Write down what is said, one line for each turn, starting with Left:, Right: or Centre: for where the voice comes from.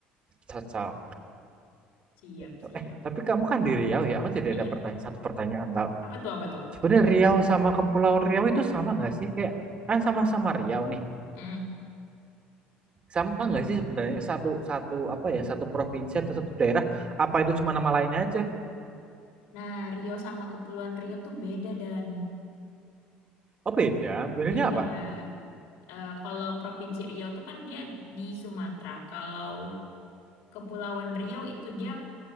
Right: cocok
Left: Siap
Right: gitu.
Left: siap.
Right: Eh, tapi kamu kan di Riau ya. Aku jadi
Left: Iya.
Right: ada pertanyaan satu pertanyaan tau.
Left: Apa tuh apa tuh?
Right: Sebenarnya Riau sama Kepulauan Riau itu sama nggak sih? Kayak kan sama-sama Riau nih.
Left: Mm.
Right: sama nggak sih sebenarnya satu satu apa ya satu provinsi atau satu daerah apa itu cuma nama lainnya aja
Left: Nah Rio sama Kepulauan Rio tuh beda dan
Right: oh beda bedanya
Left: beda.
Right: apa
Left: Eh, kalau Provinsi Riau tuh kan dia di Sumatera. Kalau Kepulauan Riau itu dia